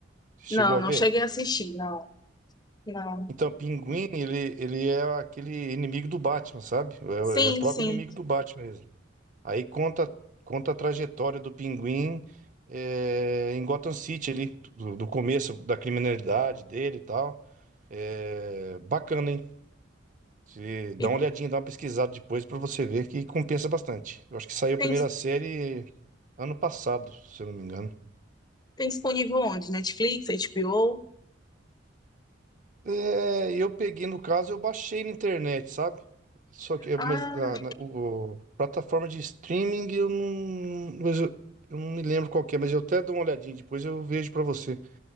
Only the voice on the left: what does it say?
Não,
não
cheguei a assistir, não. Não.
Sim,
sim.
E
Tem,
Tem disponível onde? Netflix, HBO?
Ah,